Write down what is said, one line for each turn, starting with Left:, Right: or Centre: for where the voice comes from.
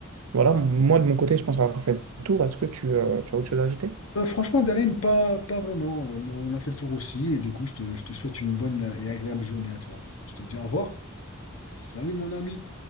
Right: voilà, moi de mon côté, je pense avoir fait le tour. Est-ce que tu, euh, tu as autre chose à ajouter?
Left: euh, franchement, Darim, pas, pas vraiment. Euh, on a fait le tour aussi. Et du coup, je te, je te souhaite une bonne et agréable journée à toi. Je te dis au revoir. Salut, mon ami.